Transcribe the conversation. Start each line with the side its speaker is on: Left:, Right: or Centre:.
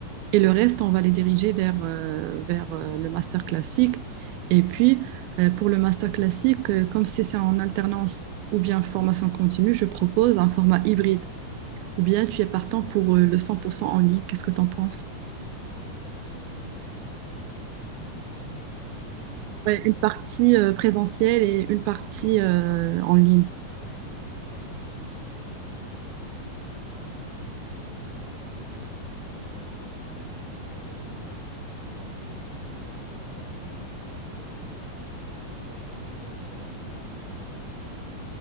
Right: Et le reste, on va les diriger vers, euh, vers euh, le master classique. Et puis, euh, pour le master classique, euh, comme c'est c'est en alternance ou bien formation continue, je propose un format hybride. Ou bien tu es partant pour euh, le 100% en ligne. Qu'est-ce que tu en penses?
Left: Hybride, ça veut dire euh, présentiel et, euh, et distanciel, c'est ça?
Right: Ouais, une partie euh, présentielle et une partie euh, en ligne.
Left: Ouais, il faut juste voir la logistique, si on a les moyens technologiques pour le faire. Et euh, si on va opter pour euh, hybride, bah, il faut aussi euh, prévoir une formation à nos enseignants. Parce que bon, gérer, euh, gérer une classe ou bien un amphi euh,